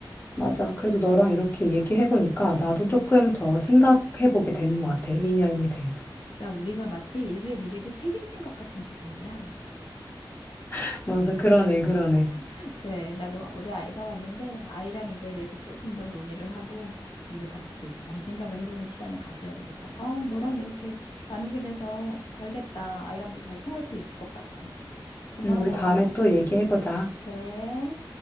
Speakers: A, on the left; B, on the left.
A: 맞아. 그래도 너랑 이렇게 얘기해 보니까 나도
B: 음.
A: 조금 더 생각해 보게 되는 것 같아. AI에 대해서.
B: 야, 우리가 마치 인류의 미래를 책임진 것 같은 기분이야.
A: <laughs> 맞아, 그러네, 그러네.
B: <laughs> 그래, 나도 우리 아이가 왔는데 아이랑 이거에 대해서 조금 더 논의를 하고 우리도 같이 또 한번 생각을 해보는 시간을 가져야 되겠다. 아우, 너랑 이렇게 나누게 돼서 잘 됐다. 아이랑도 잘 통할 수 있을 것 같아. 고마워.
A: 음, 우리 다음에 또 얘기해 보자.
B: 그래.